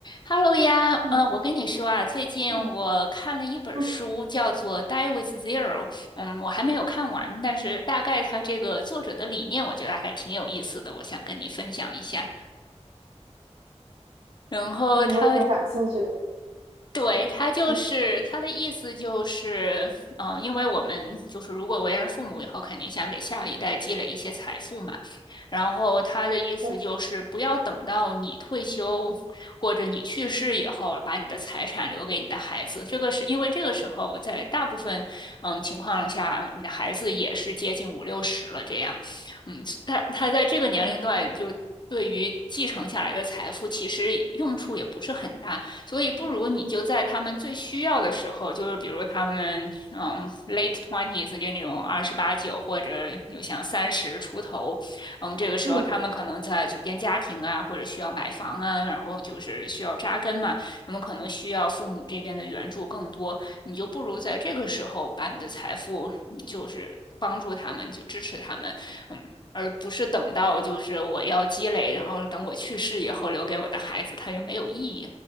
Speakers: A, on the left; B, on the right.
A: Hello 呀，
B: 嗯，
A: 呃，我跟你说啊，最近我看了一本书，
B: 对，嗯
A: 叫做《Die with Zero》，嗯，我还没有看完，但是大概它这个作者的理念，我觉得还挺有意思的，我想跟你分享一下。然后它
B: 嗯，我也很感兴趣。
A: 对，他就是他的意思就是，
B: 嗯，
A: 嗯、因为我们就是如果为人父母以后，肯定想给下一代积累一些财富嘛。然后他的意思就是，
B: 对，
A: 不要等到你退休或者你去世以后，把你的财产留给你的孩子。这个是因为这个时候，在大部分嗯情况下，你的孩子也是接近五六十了这样。嗯，他他在这个年龄段就。对于继承下来的财富，其实用处也不是很大。所以不如你就在他们最需要的时候，就是比如他们嗯 late twenties 就那种二十八九或者就像三十出头，嗯，这个时候他们可能在组建家庭啊，
B: 嗯，
A: 或者需要买房啊，然后就是需要扎根嘛，他们可能需要父母这边的援助更多，你就不如在这个时候把你的财富就是。帮助他们，就支持他们，嗯，而不是等到就是我要积累，然后等我去世以后留给我的孩子，他就没有意义